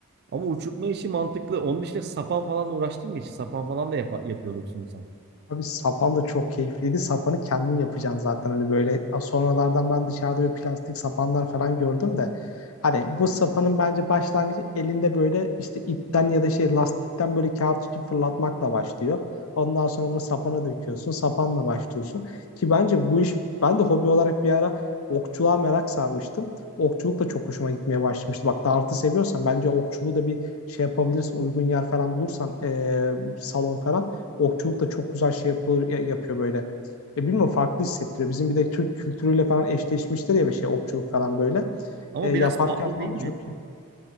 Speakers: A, on the right; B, on the left.
A: Ama uçurtma işi mantıklı. Onun dışında sapan falan uğraştın mı hiç? Sapan falan da yapa- yapıyorduk şimdi sen.
B: Abi sapan da çok keyifliydi. Sapanı kendin yapacaksın zaten hani böyle sonralardan ben dışarıda böyle plastik sapanlar falan gördüm de hani bu sapanın bence başlangıcı elinde böyle işte ipten ya da şey lastikten böyle kağıt tutup fırlatmakla başlıyor. Ondan sonra bunu sapana döküyorsun. Sapanla başlıyorsun. Ki bence bu iş ben de hobi olarak bir ara okçuluğa merak sarmıştım. Okçuluk da çok hoşuma gitmeye başlamıştı. Bak dartı seviyorsan bence okçuluğu da bir şey yapabilirsin. Uygun yer falan bulursan eee, salon falan okçuluk da çok güzel şey yapıyor, yapıyor böyle. E bilmiyorum farklı hissettiriyor. Bizim bir de Türk kültürüyle falan eşleşmiştir ya bir şey okçuluk falan böyle.
A: Ama
B: E, yaparken
A: biraz pahalı
B: falan
A: değil mi?
B: da çok iyi.